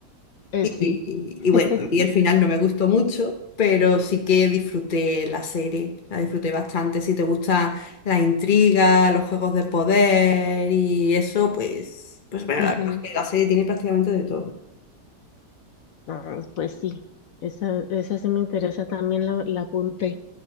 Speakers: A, on the left (about 65°); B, on the left (about 40°).
A: Eh,
B: Y,
A: sí.
B: y-
A: <laughs>
B: y bueno, a mí el final no me gustó mucho, pero sí que disfruté la serie, la disfruté bastante. Si te gusta la intriga, los juegos de poder y eso, pues, pues bueno,
A: Ujú.
B: la verdad es que la serie tiene prácticamente de todo.
A: No, pues sí, esa, esa sí me interesa, también la, la apunté.